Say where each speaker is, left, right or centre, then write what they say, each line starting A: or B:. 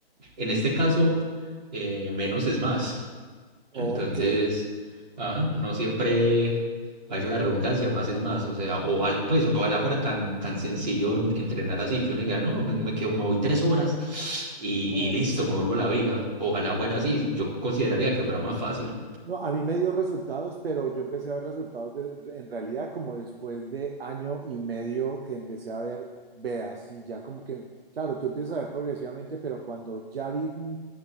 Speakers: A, on the right; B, on the right.
A: En este caso, eh, menos es más.
B: Ok,
A: Entonces, ajá, no siempre valga la redundancia, más es más. O sea, ojalá, pues, ojalá fuera tan, tan sencillo en- entrenar así que uno diga, no, me, me quedo, me voy tres horas y,
B: no.
A: y listo, me vuelvo la viga. Ojalá fuera así. Yo consideraría que fuera más fácil.
B: No, a mí me dio resultados, pero yo empecé a ver resultados de- de- en realidad como después de año y medio que empecé a ver, veas, y ya como que, claro, tú empiezas a ver progresivamente, pero cuando ya vi mm,